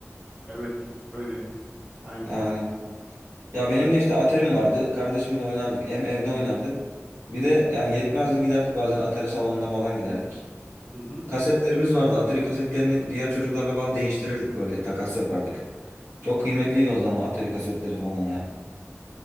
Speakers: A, on the right; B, on the right.
A: Evet, öyle. Aynen.
B: Yani. Ya benim de işte aterim vardı. Kardeşimle oynardık. Hem evde oynardık. Bir de yani yetmezdi giderdik bazen atari salonuna falan giderdik.
A: Hı hı.
B: Kasetlerimiz vardı. Atari kasetlerini diğer çocuklarla falan değiştirirdik böyle takas yapardık. Çok kıymetliydi o zaman o Atari kasetleri falan ya.